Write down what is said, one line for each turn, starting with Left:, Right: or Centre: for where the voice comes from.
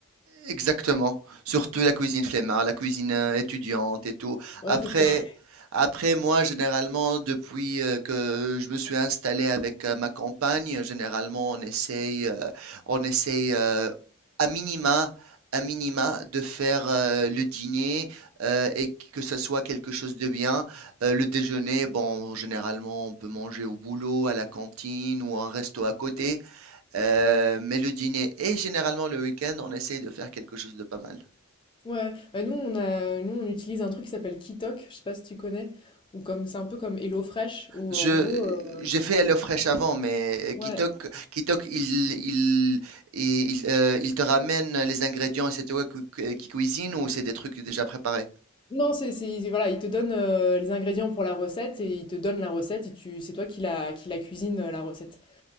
Right: Exactement. Surtout la cuisine flemmard, la cuisine euh, étudiante et tout.
Left: ouais,
Right: Après,
Left: c'est ça. <laughs>
Right: après moi, généralement, depuis euh, que je me suis installé avec euh, ma compagne, généralement, on essaye, euh, on essaye euh, à minima, à minima de faire euh, le dîner euh, et que ce soit quelque chose de bien. Euh, le déjeuner, bon, généralement, on peut manger au boulot, à la cantine ou à un resto à côté. Euh, mais le dîner et généralement le week-end, on essaye de faire quelque chose de pas mal.
Left: Ouais, bah, nous on a nous on utilise un truc qui s'appelle Kitok, je sais pas si tu connais? Ou comme c'est un peu comme HelloFresh où
Right: Je,
Left: euh, en gros, heu
Right: j'ai fait HelloFresh avant, mais
Left: ouais.
Right: Kitok, Kitok, il, il, il, euh, il te ramène les ingrédients et c'est toi qui qui cuisine ou c'est des trucs déjà préparés?
Left: Non, c'est c'est ils voilà, ils te donnent, heu, les ingrédients pour la recette et ils te donnent la recette et tu c'est toi qui la qui la cuisine, heu, la recette.